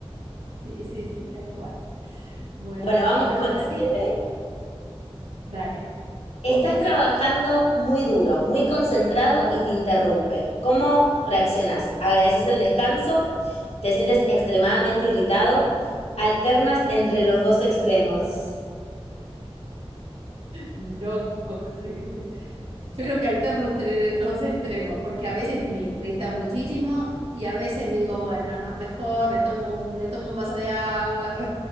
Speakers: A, on the right; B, on the left.
A: sí, sí, sí, tal cual. Bueno,
B: Bueno, vamos
A: a ver,
B: con
A: las
B: las
A: siete,
B: siete.
A: dale,
B: Estás
A: vos lees.
B: trabajando
A: sí.
B: muy duro, muy concentrado y te interrumpen. ¿Cómo reaccionás? ¿Agradeces el descanso? ¿Te sientes extremadamente irritado? ¿Alternas entre los dos extremos?
A: Loco. <laughs> Yo creo que alterno entre los dos extremos, porque a veces me irrita muchísimo y a veces digo, bueno, no, mejor me tomo un, me tomo un vaso de agua.